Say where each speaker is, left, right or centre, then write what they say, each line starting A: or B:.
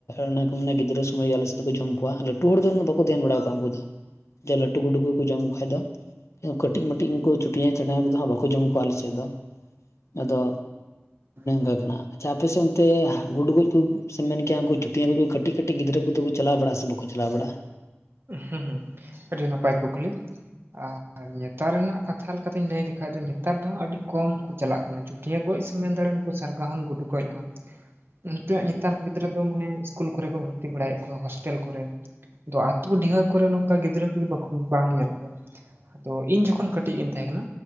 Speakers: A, on the left; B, on the right.
A: ᱚᱱᱟ ᱠᱚ ᱢᱮᱱᱟ ᱜᱤᱫᱽᱨᱟᱹ ᱥᱳᱢᱚᱭ ᱟᱞᱮᱫ ᱫᱚᱠᱚ ᱡᱚᱢ ᱠᱚᱣᱟ, ᱞᱟᱹᱴᱩ ᱦᱚᱲ ᱫᱚ ᱩᱱᱟᱹᱜ ᱵᱟᱠᱚ ᱫᱷᱮᱭᱮᱱ ᱵᱟᱲᱟ ᱟᱠᱚᱣᱟ ᱩᱝᱠᱩ ᱫᱚ ᱡᱮ ᱞᱟᱹᱴᱩ ᱜᱩᱰᱩ ᱠᱩᱠᱩ ᱡᱚᱢ ᱠᱚ ᱠᱷᱟᱡ ᱫᱚ᱾ ᱠᱟᱹᱴᱤᱡ ᱢᱟᱹᱤᱡ ᱩᱝᱠᱩ ᱪᱩᱴᱭᱟᱹ ᱪᱟᱴᱭᱟ ᱠᱚᱫᱚ ᱦᱟᱸᱜ ᱵᱟᱠᱚ ᱡᱚᱢ ᱠᱚᱣᱟ ᱟᱞᱮᱥᱮᱫ ᱫᱚ᱾ ᱟᱫᱚ
B: <inaudible>
A: ᱟᱪᱷᱟ ᱟᱯᱮᱥᱮᱫ ᱚᱱᱛᱮ ᱜᱩᱰᱩ ᱜᱚᱡ ᱠᱩ ᱥᱮᱢ ᱢᱮᱱ ᱠᱮᱭᱟ ᱩᱝᱠᱩ ᱪᱩᱴᱭᱟᱹ ᱠᱩ ᱠᱟᱹᱴᱤᱡ ᱠᱟᱹᱴᱤᱡ ᱜᱤᱫᱽᱨᱟᱹ ᱠᱩᱫᱩ ᱠᱩ ᱪᱟᱞᱟᱣ ᱵᱟᱲᱟᱜ ᱥᱮ ᱪᱞᱟᱣ ᱵᱟᱲᱟᱜᱼᱟ?
B: ᱦᱩᱸ ᱦᱩᱸ, ᱟᱹᱰᱤ ᱱᱟᱯᱟᱭ ᱠᱩᱠᱞᱤ ᱾ ᱟᱨ ᱱᱮᱛᱟᱨ ᱨᱮᱱᱟᱜ ᱠᱟᱛᱷᱟ ᱞᱮᱠᱟᱛᱮᱧ ᱞᱟᱹᱭ ᱞᱮᱠᱷᱟᱡ ᱫᱚ ᱱᱮᱛᱟᱨ ᱫᱚ ᱟᱹᱰᱤ ᱠᱚᱢ ᱠᱚ ᱪᱟᱞᱟᱜ ᱠᱟᱱᱟ ᱪᱷᱩᱴᱭᱟᱹ ᱜᱚᱡ ᱥᱮᱢ ᱢᱮᱱ ᱫᱟᱲᱮᱼᱟ ᱱᱩᱠᱩ ᱥᱟᱨᱜᱟᱦᱚᱱ ᱜᱩᱰᱩ ᱜᱚᱡ ᱦᱚᱸ᱾ ᱱᱤᱛᱚᱭᱜ ᱱᱮᱛᱟᱨ ᱠᱚ ᱜᱤᱫᱽᱨᱟᱹ ᱫᱚ ᱢᱟᱱᱮ ᱤᱥᱠᱩᱞ ᱠᱚᱨᱮ ᱠᱚ ᱵᱷᱚᱨᱛᱤ ᱵᱟᱲᱟᱭᱮᱫ ᱠᱚᱣᱟ ᱦᱳᱥᱴᱮᱞ ᱠᱚᱨᱮ᱾ ᱟᱫᱚ ᱟᱹᱛᱩ ᱰᱤᱦᱟᱹ ᱠᱚᱨᱮ ᱱᱚᱝᱠᱟ ᱜᱤᱫᱽᱨᱟᱹ ᱠᱚᱜᱮ ᱵᱟᱢ ᱧᱮᱞ ᱠᱚᱣᱟ᱾ ᱟᱫᱚ ᱤᱧ ᱡᱚᱠᱷᱚᱱ ᱠᱟᱹᱴᱤᱡ ᱜᱤᱧ ᱛᱟᱦᱮᱸ ᱠᱟᱱᱟ